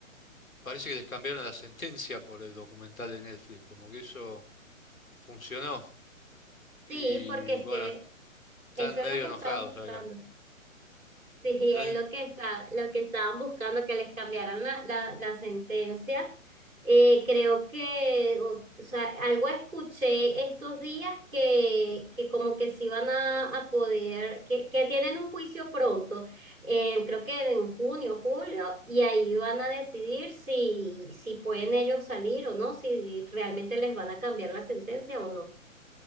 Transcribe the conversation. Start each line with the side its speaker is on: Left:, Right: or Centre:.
Left: parece que les cambiaron la sentencia por el documental de Netflix, como que eso funcionó.
Right: Sí,
Left: Y
Right: porque es
Left: bueno,
Right: que
Left: Están
Right: eso es
Left: medio
Right: lo que
Left: enojados
Right: estaban buscando.
Left: acá.
Right: Sí,
Left: No-
Right: es lo que está, lo que estaban buscando, que les cambiaran la, la, la sentencia. Eh, creo que, o, o sea, algo escuché estos días que, que como que se van a, a poder, que, que tienen un juicio pronto, eh, creo que en junio, julio, y ahí van a decidir si, si pueden ellos salir o no, si realmente les van a cambiar la sentencia o no.